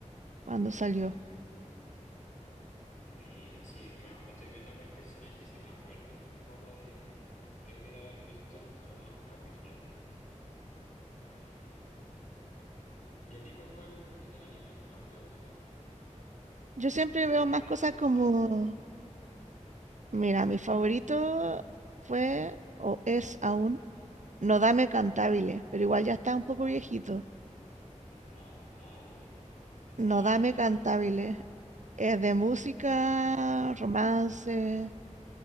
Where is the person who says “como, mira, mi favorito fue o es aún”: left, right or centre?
Right